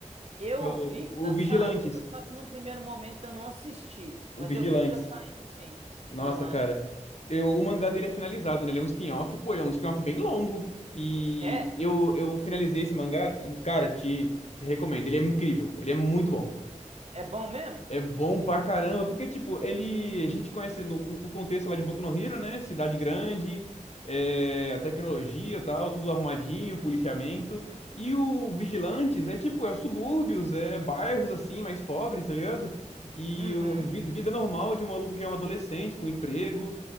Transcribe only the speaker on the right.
eu
vi que
tá
saindo, só que num primeiro momento eu não assisti.
Mas
eu vi que tá saindo sim.
Aham.
É?
É bom mesmo?
Uhum.